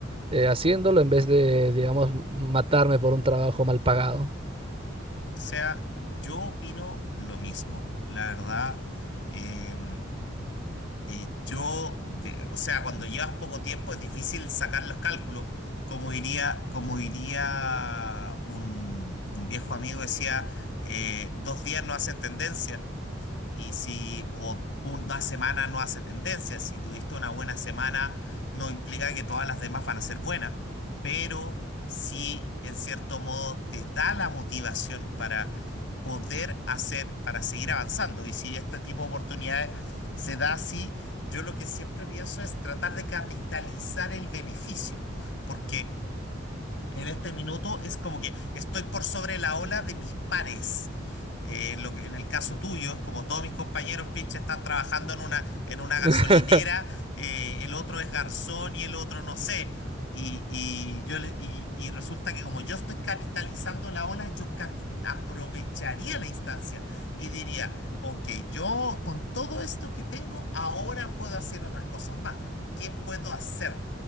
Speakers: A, on the right (about 30°); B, on the left (about 65°).
A: eh, haciéndolo en vez de, digamos, matarme por un trabajo mal pagado.
B: sea, yo opino lo mismo, la verdad. eh, Eh, yo, de- o sea, cuando llevas poco tiempo es difícil sacar los cálculos. Como diría, como diría un, un viejo amigo, decía, eh, dos días no hacen tendencia. Y si o una semana no hace tendencia, si tuviste una buena semana, no implica que todas las demás van a ser buenas, pero sí, en cierto modo, te da la motivación para poder hacer, para seguir avanzando. Y si este tipo de oportunidades se da así, yo lo que siempre pienso es tratar de capitalizar el beneficio, porque en este minuto es como que estoy por sobre la ola de mis pares. Eh, lo que- en el caso tuyo, es como todos mis compañeros pinches están trabajando en una, en una
A: <laughs>
B: gasolinera, eh, el otro es garzón y el otro no sé. Y, y yo le- y, y resulta que como yo estoy capitalizando la ola, yo capi- aprovecharía la instancia y diría, ok, yo con todo esto que tengo, ahora puedo hacer otras cosas más. ¿Qué puedo hacer?